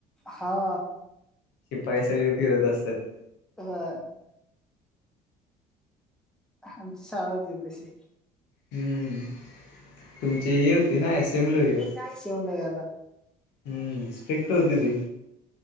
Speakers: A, in the centre; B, on the left.
A: हा.
B: शिपाई सगळे फिरत असत्यात.
A: व्हय. आमची शाळा होती तशी.
B: हम्म तुमची ही होती ना असेंब्ली
A: काय शेवन घाल <inaudible>
B: हम्म स्ट्रिक्ट होती ती.